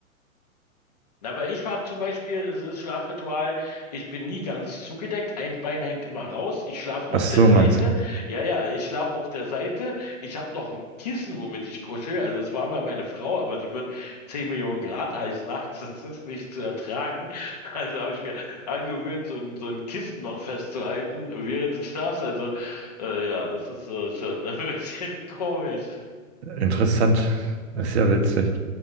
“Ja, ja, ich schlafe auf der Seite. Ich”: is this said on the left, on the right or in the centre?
Left